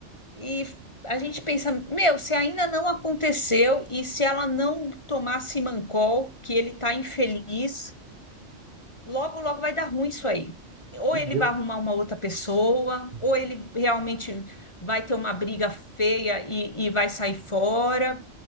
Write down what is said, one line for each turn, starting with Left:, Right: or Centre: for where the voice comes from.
Left: E a gente pensa, meu, se ainda não aconteceu e se ela não tomar Simancol, que ele tá infeliz, logo, logo vai dar ruim isso aí. Ou
Right: E
Left: ele
Right: deu.
Left: vai arrumar uma outra pessoa,
Right: uhum.
Left: ou ele realmente vai ter uma briga feia e, e vai sair fora.